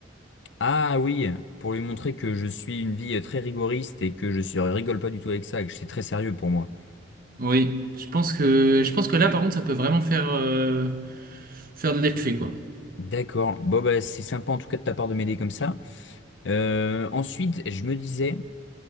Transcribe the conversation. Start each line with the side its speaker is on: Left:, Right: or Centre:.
Left: Ah oui, pour lui montrer que je suis une vie très rigoriste et que je suis, rigole pas du tout avec ça, et que c'est très sérieux pour moi.
Right: Oui, je pense que je pense que là, par contre, ça peut vraiment faire euh, faire de l'effet, quoi.
Left: D'accord. Bon, bah, c'est sympa en tout cas de ta part de m'aider comme ça. Euh, ensuite, je me disais,